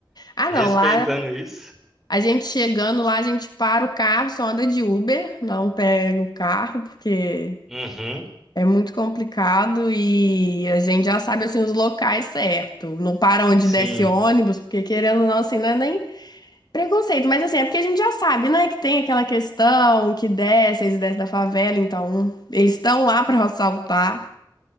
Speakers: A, on the left; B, in the centre.
A: Ah,
B: <laughs> Respeitando
A: não, lá
B: isso.
A: A gente chegando lá, a gente para o carro, só anda de Uber, não pega o carro, porque
B: Uhum.
A: é muito complicado e a gente já sabe assim os locais certo. Não para onde
B: Sim,
A: desce ônibus, porque querendo ou não, assim, não é nem preconceito, mas assim, é porque a gente já sabe, né, que tem aquela questão que desce, eles descem da favela, então eles estão lá para <laughs> assaltar.